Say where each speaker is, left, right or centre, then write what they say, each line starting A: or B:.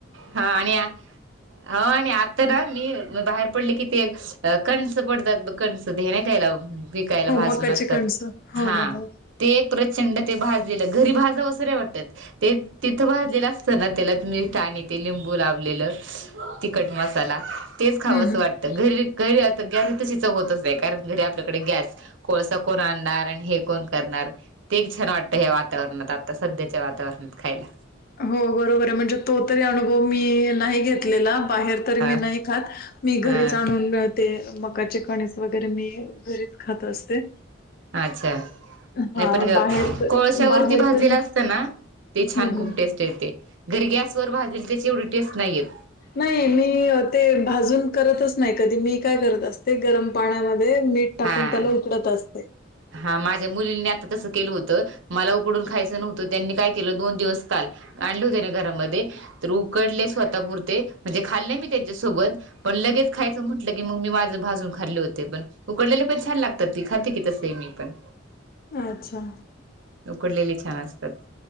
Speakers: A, on the right; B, on the left.
A: हा आणि ह आणि आता ना मी बाहेर पडले कि ते. अ कणीस पडतात बघ कणस दे ना कायला. विकायला
B: हो
A: भाजून
B: मकाची
A: असतात
B: कणसं हो
A: हा.
B: हो हो
A: ते एक प्रचंड ते भाजलेलं घरी भाजावसरे वाटतत. ते तिथं भाजलेलं असतं ना त्याला तुम्हीाणी. ते लिंबू लावलेलं तिखट मसाला तेच खावं
B: हम्म
A: असं
B: हम्म
A: वाटतं घरी. घरी आता गॅस ह तशी चव होतच नाही कारण घरी आपल्याकडे गॅस. कोळसा कोण आणणार आणि हे कोण करणार. ते एक छान वाटत या वातावरणात आता सध्याच्या वातावरणात खायला.
B: हो बरोबर आहे म्हणजे तो तरी अनुभव मी नाही घेतलेला. बाहेर तरी
A: हा
B: मी नाही खात मी घरीच
A: हा
B: आणून. ते मकाचे कणीस वगैरे मी घरीच खात असते.
A: अच्छा.
B: हा
A: नाही पण
B: बाहेर तर
A: कोळश्यावररती
B: बाहेर
A: भाजलेला
B: तरी
A: असता ना ते छान
B: हम्म
A: खूप टेस्ट येते. घरी गॅस वर भाजल त्याची एवढी टेस्ट नाहीयेत.
B: नाही मी ते भाजून करतच नाही कधी मी काय करत असते. ते गरम पाण्यामध्ये मीठ टाकून
A: हा
B: त्याला उकडत असते.
A: हा माझ्या मुलींनी आता तसं केलं होत मला उकडून खायचं नव्हतं त्यांनी काय केलं दोन दिवस काल. आणले होते ना घरामध्ये तर उकडले स्वतः पुुरते म्हणजे खाल्ले मी त्यांच्यासोबत. पण लगेच खायचं म्हटलं की मग मी माझं भाजून खाल्ले होते पण उकडलेले पण छान लागतात की खाते की तस. ते मी पण.
B: अच्छा.
A: उकडलेले छान असतात.